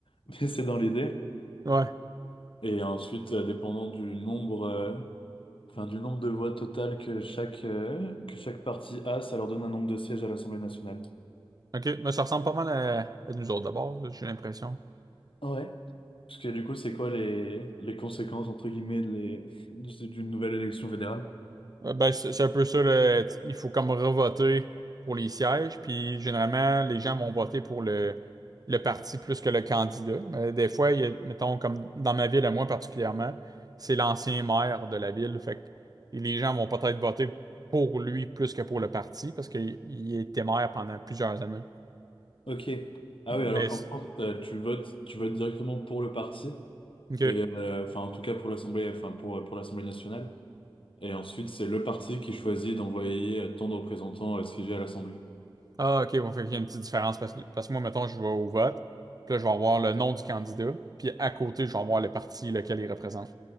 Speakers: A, on the left (about 70°); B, on the right (about 45°).
A: <laughs> mais c'est dans l'idée.
B: Ouais.
A: Et ensuite, euh, dépendant du nombre, euh, enfin, du nombre de voix totales que chaque, euh, que chaque parti a, ça leur donne un nombre de sièges à l'Assemblée nationale.
B: OK, mais ça ressemble pas mal à, à nous autres d'abord, j'ai l'impression.
A: Ouais. Parce que du coup, c'est quoi les, les conséquences, entre guillemets, de les- de- d'une nouvelle élection fédérale?
B: Euh, Ben, c'est c'est un peu ça, là. Il faut comme revoter pour les sièges, puis généralement, les gens vont voter pour le, le parti plus que le candidat. Mais des fois, il y a, mettons, comme dans ma ville, à moi particulièrement, c'est l'ancien maire de la ville. Fait que et les gens vont peut-être voter pour lui plus que pour le parti, parce qu'il il était maire pendant plusieurs années.
A: Ok. Ah
B: Mais,
A: oui, alors qu'en
B: c'est-
A: France, euh, tu votes, tu votes directement pour le parti,
B: ok.
A: et euh, enfin, en tout cas pour l'Assemblée, enfin, pour, pour l'Assemblée nationale. Et ensuite, c'est le parti qui choisit d'envoyer euh, tant de représentants euh, siéger à l'Assemblée.
B: Ah, ok, on fait qu'il y a une petite différence, parce, que- parce que moi, mettons, je vais au vote, puis là, je vais avoir le nom du candidat, puis à côté, je vais avoir le parti lequel il représente.